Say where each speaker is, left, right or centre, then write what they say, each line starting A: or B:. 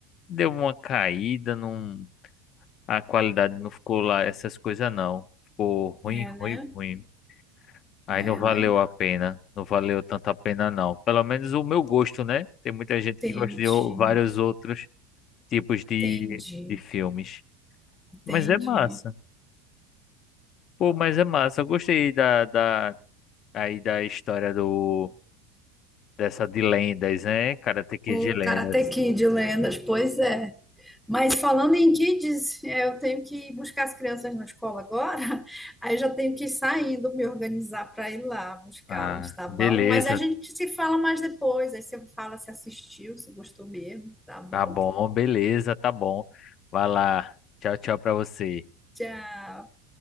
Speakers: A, on the left; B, in the centre.
A: deu uma caída, num... a qualidade não ficou lá, essas coisas não. Ficou ruim,
B: É,
A: ruim,
B: né?
A: ruim. Aí
B: É,
A: não valeu
B: né?
A: a pena, não valeu tanto a pena não. Pelo menos o meu gosto, né? Tem muita gente
B: Entendi,
A: que gosta de o- vários outros. tipos de,
B: entendi,
A: de filmes.
B: entendi.
A: Mas é massa. Pô, mas é massa. Eu gostei da, da, aí da história do, dessa de lendas, né? Karate Kid
B: O
A: de lendas.
B: Karate Kid, lendas, pois é. Mas falando em kids, é, eu tenho que buscar as crianças na escola agora, <laughs> aí eu já tenho que ir saindo, me organizar para ir lá buscá-las,
A: Ah,
B: tá
A: beleza.
B: bom? Mas a gente se fala mais depois, aí você fala se assistiu, se gostou mesmo, tá bom?
A: Tá bom, beleza, tá bom. Vai lá. Tchau, tchau pra você.
B: Tchau.